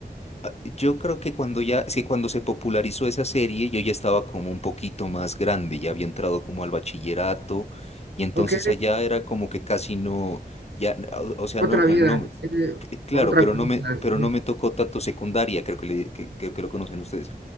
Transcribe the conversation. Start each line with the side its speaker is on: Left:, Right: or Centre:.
Left: ah, yo creo que cuando ya, sí, cuando se popularizó esa serie, yo ya estaba como un poquito más grande, ya había entrado como al bachillerato y entonces
Right: Ok,
Left: allá era como que casi no, ya, ah, o, o sea,
Right: otra
Left: no, no,
Right: vida,
Left: no,
Right: sí,
Left: c- claro,
Right: otra
Left: pero
Right: cosa,
Left: no me, pero
Right: sí,
Left: no me tocó tanto secundaria, creo que, le- que, que que lo conocen ustedes